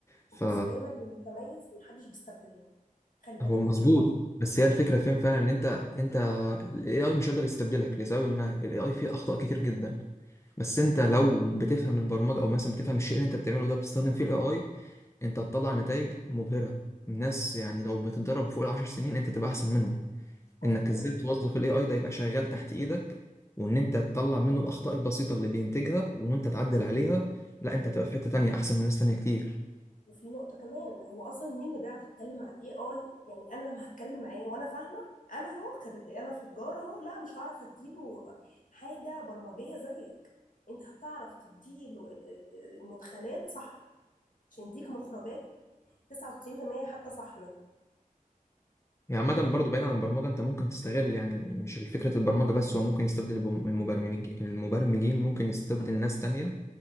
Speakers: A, on the left; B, on the left.
A: ف
B: بص دايما اللي متميز محدش بيستبدله خلي بالك
A: هو مظبوط
B: من النقطه دي
A: بس هي الفكره فين فعلا ان انت انت الاي اي مش قادر يستبدلك لسبب ما الاي اي فيه اخطاء كتير جدا بس انت لو بتفهم البرمجه او مثلا بتفهم الشيء اللي انت بتعمله ده بتستخدم فيه الاي اي انت هتطلع نتائج مبهره الناس يعني لو بتتدرب فوق العشر سنين انت تبقى احسن منهم
B: مظبوط
A: انك ازاي توظف الاي اي ده يبقى شغال تحت ايدك وان انت تطلع منه الاخطاء البسيطه اللي بينتجها وانت تعدل عليها لا انت هتبقى في حته تانية احسن من ناس تانية كتير
B: وفي نقطة كمان هو أصلا مين اللي بيعرف يتكلم مع الاي اي يعني أنا لما هتكلم معاه وأنا فاهمة أنا هو كر- أنا في تجارة أهو لا مش هعرف أديله حاجة برمجية زيك أنت هتعرف تديله ال- ال- المدخلات صح عشان يديك مخرجات 99% حتى صح منها
A: يعني عامة برضه بعيد عن البرمجة انت ممكن تستغل يعني مش فكرة البرمجة بس هو ممكن يستبدل الب- المبرمج المبرمجين ممكن يستبدل ناس تانية